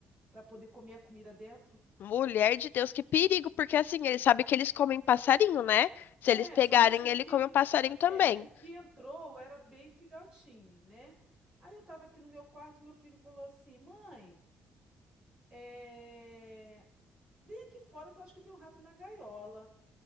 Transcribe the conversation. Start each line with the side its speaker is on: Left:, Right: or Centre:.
Right: para poder comer a comida dentro?
Left: Mulher de Deus, que perigo, porque assim, ele sabe que eles comem passarinho, né? Se
Right: É,
Left: eles pegarem,
Right: só que assim, o
Left: ele
Right: que
Left: come o passarinho também.
Right: é, o que entrou era bem filhotinho, né? Aí eu tava aqui no meu quarto, meu filho falou assim: "Mãe, é, vem aqui fora que eu acho que tem um rato na gaiola".